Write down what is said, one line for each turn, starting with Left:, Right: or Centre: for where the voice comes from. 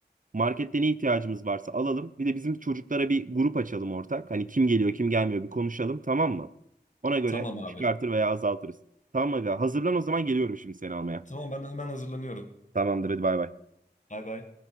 Right: Markette ne ihtiyacımız varsa alalım. Bir de bizim çocuklara bir grup açalım ortak. Hani kim geliyor kim gelmiyor bir konuşalım tamam mı? Ona göre
Left: Tamam abi.
Right: çıkartır veya azaltırız. Tamam Aga hazırlan o zaman geliyorum şimdi seni almaya.
Left: Tamam ben hemen hazırlanıyorum.
Right: Tamamdır hadi bay bay.
Left: Bay bay.